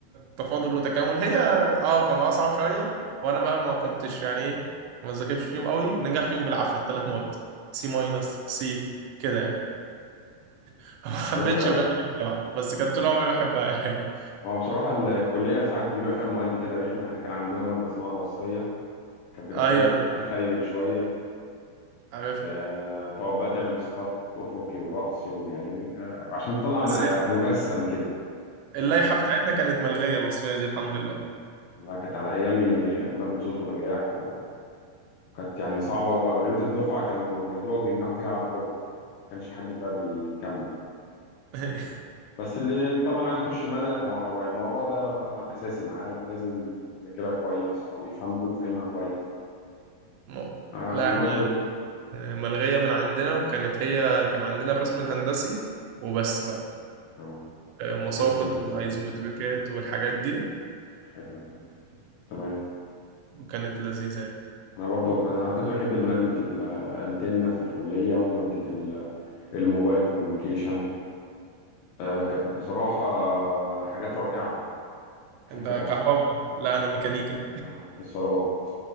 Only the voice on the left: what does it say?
شاطر أوي
هو بصراحة الكلية ساعات بيبقى فيها مواد كده رخمة يعني كان عندنا مادة اسمها الوصفية كانت بتعتمد
على
التخيل شوية
آه، تقعد بقى تعمل إسقاط أفقي ورأسي وجانبي آه، عشان تطلع
آه، مجسم كده
تمام
لا كانت على أيامي مادة صوت ونجاح و- وكانت يعني صعبة وأغلبية الدفعة كانوا يا دوبك بينجحوا فيها على الحروق يعني ما كانش حد فيها بيكمل
بس اللي طبعا عايز يخش مدني أو أو عمارة ده طبعا أساسي معاه فلازم يذاكرها كويس أو يفهم يكون فاهمها كويس
آه،
المواد
ال-
آه،
الرسم الهندسي
برضه
حلو زي كده. تمام
انا برضو كنت- انا كنت بحب ماده الانتنه في الكليه وماده ال- الموبايل كوميونيكيشن آه، كانت بصراحه حاجات رائعه تحب
عن اتصالات